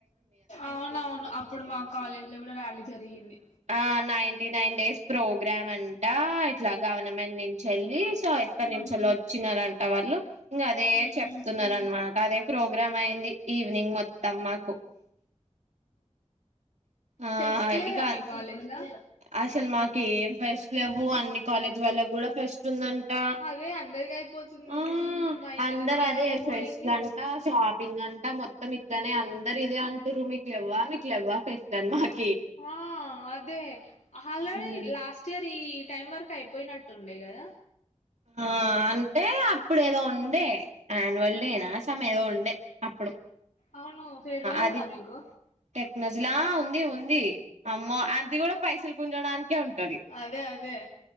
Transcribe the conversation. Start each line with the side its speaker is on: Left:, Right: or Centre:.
Left: ఔనవును అప్పుడు మా కాలేజ్లో కూడా ర్యాలీ జరిగింది
Right: ఆ నైన్టీ నైన్ డేస్ ప్రోగ్రామ్ అంటా ఇట్లా గవర్నమెంట్ నుంచేళ్ళి చో ఎక్కడ్నుంచో
Left: హుహు.
Right: వచ్చినారంట వాళ్ళు ఇంగ అదే
Left: హ్మ్.
Right: చెప్తున్నారు అన్నమాట అదే ప్రోగ్రామ్ ఆఇంది ఈవెనింగ్ మొత్తం మాకు ఆ
Left: ఫెస్లే
Right: ఇక
Left: వా మీ కలేజ్లా
Right: అసలు మాకీ ఏం ఫెస్ట్ లేవ్వు అన్ని కాలేజ్ వాళ్లకి కూడా ఫెస్టుందం టా
Left: అదే అందరికయిపోతుంది.
Right: అ
Left: మయి
Right: అందరదే
Left: ఇంకా కాకపోవుడేంది?
Right: ఫెస్ట్ అంట షా పింగ్ అంట మొత్తం ఇట్లనే అందరిదే అంటుర్రు మీకు లేవ్వా మీకు లేవ్వాక ఫెస్ట్ అని మాట్
Left: ఆ అదే ఆల్రెడీ
Right: ఉమ్
Left: లాస్టిర్ ఇయర్ ఈ టైం వరకు అయిపోయ్నట్టుండే కదా
Right: ఆ అంటే అప్పుడేదో ఉండే అనివాల్ డేనా సం ఎదో ఉండే అప్పుడు
Left: అవును ఫేర్వాళ్ళుందా
Right: అది
Left: మీకు
Right: టెక్నజ్లా ఆ ఉంది ఉంది అమ్మో అది కూడా పైసలు గుంజడానికే ఉం టది
Left: అదే అదే